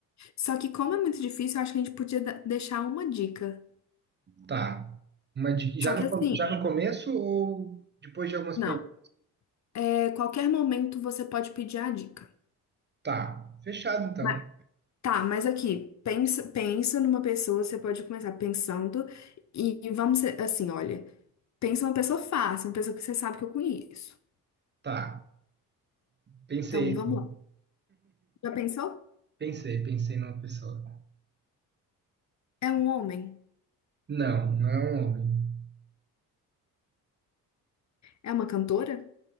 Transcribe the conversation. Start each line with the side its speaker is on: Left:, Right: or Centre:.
Left: Só que como é muito difícil, eu acho que a gente podia da- deixar uma dica.
Right: Tá. Uma de- já
Left: Só que
Right: no, com-
Left: assim,
Right: já no começo ou depois de algumas
Left: não.
Right: perguntas?
Left: É, qualquer momento você pode pedir a dica.
Right: Tá, fechado então.
Left: Mas- tá, mas aqui, pensa, pensa numa pessoa, você pode começar pensando e, e vamos ser- assim, olha, pensa uma pessoa fácil, uma pessoa que você sabe que eu conheço.
Right: Tá, pensei
Left: Então, vamos
Right: aqui.
Left: lá. Já pensou?
Right: Pensei, pensei numa pessoa.
Left: É um homem?
Right: Não, não é um homem.
Left: É uma cantora?